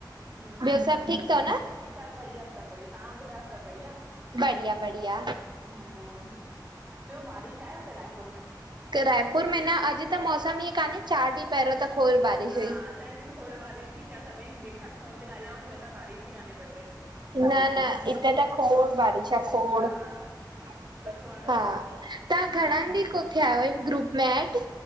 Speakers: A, on the right; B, on the right.
A: हम्म
B: ॿियो
A: हम्म
B: सभु ठीकु अथव न
A: सब बढ़िया सब बढ़िया। तहां ॿुधायो सब बढिया?
B: बढ़िया बढ़िया
A: हूं, ॿियो बारिश आहे हूते रायपुर में?
B: रायपूर में न अॼु त मौसम ईअं कान्हे चारि ॾींहं पहिरियों त खोड़ बारिश
A: हा,
B: हुई
A: असां हिते बि खोड़ बारिश ही। च असां बि जिखां बि फोन ते ॻाल्हायो चवनि बारिश ही काने ब
B: न, न हिते त खोड़ बारिश आ खोड़।
A: हा
B: हा,
A: सुठो आ न,
B: तव्हां घणान
A: हम्म
B: ॾींहं खां थियाआयो ग्रुप में एड?